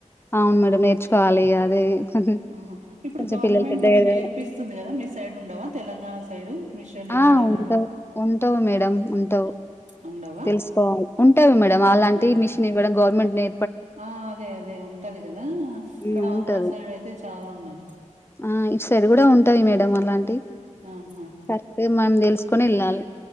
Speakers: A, on the left (about 20°); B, on the right (about 70°).
A: అవును మేడమ్ నేర్చుకోవాలి ఇగ అదే కొంచెం
B: ఆహా ఇప్పుడు గవర్నమెంట్
A: పిల్లలు పెద్దయ్యారు
B: ఇవి నేర్పిస్తుంది
A: కదా
B: కదా మీ సైడ్ ఉండవా తెలంగాణ సైడు మిషన్ ఇవ్వడము
A: ఆ ఉంటవు ఉంటవు మేడం ఉంటవు
B: ఆహ్, ఉండవా
A: తెలుసుకోవాలి ఉంటావి మేడం అలాంటి
B: ఉంట
A: మిషన్ఇవ్వడం గవర్నమెంట్ నే
B: ఆ అదే అదే ఉంటది కదా ఇక్కడ
A: ఉమ్
B: ఆంధ్ర
A: ఉంటది
B: సైడ్ అయితే చాలా ఉన్నాయి
A: ఆ ఇట్ సైడ్ కూడా ఉంటాయి మేడం అలాంటి
B: ఆహా
A: కరెక్ట్ మనం తెలుసుకోని ఎళ్ళాలి